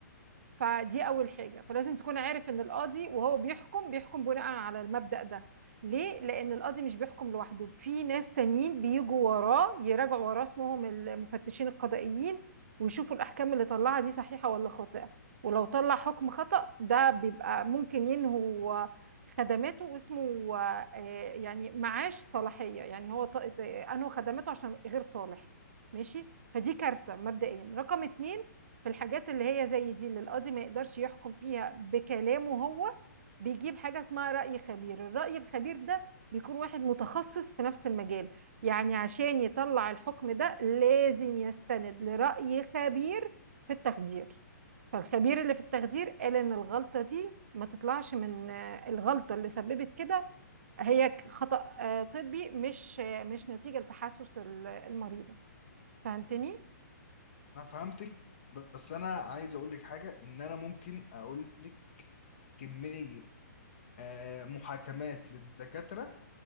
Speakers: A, on the right; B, on the left.
A: فدي اول حاجه فلازم تكون عارف ان القاضي وهو بيحكم بيحكم بناء على المبدأ ده ليه لان القاضي مش بيحكم لوحده في ناس تانيين بيجوا وراه يراجعوا وراه اسمهم المفتشين القضائيين ويشوفوا الاحكام اللي طلعها دي صحيحه ولا خاطئه ولو طلع حكم خطأ ده بيبقى ممكن ينهوا خدماته واسمه آه، يعني معاش صلاحيه يعني هو ط- انهوا خدماته عشان غير صالح ماشي فدي كارثه مبدئيا رقم اتنين في الحاجات اللي هي زي دي اللي القاضي ما يقدرش يحكم فيها بكلامه هو بيجيب حاجة اسمها رأي خبير الرأي الخبير ده بيكون واحد متخصص في نفس المجال يعني عشان يطلع الحكم ده لازم يستند لرأي خبير في التخدير فالخبير اللي في التخدير قال ان الغلطة دي ما تطلعش من آه، الغلطة اللي سببت كده هي ك- خطأ آه، طبي مش آه، مش نتيجة لتحسس ال- المريضة فهمتني؟
B: انا فهمتك بس انا عايز اقول لك حاجه ان انا ممكن اقول لك كميه آه، محاكمات للدكاتره